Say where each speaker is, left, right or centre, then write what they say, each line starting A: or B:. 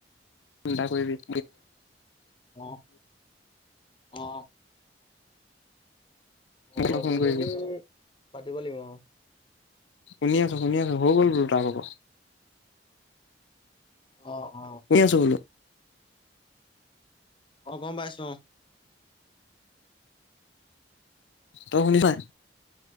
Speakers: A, on the left; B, on the left.
A: ফোন এটা কৰিবি
B: অ হ অহ অ হৈ
A: মোক ফোন
B: গলদি
A: কৰিবি
B: পাতিব লাগিব অ
A: শুনি আছো শুনি আছো হৈ গ'ল বোলো তাৰ আকৌ
B: অ', অ'।
A: আছো বোলো
B: অ গম পাইছো অ
A: তই শুনিছ নাই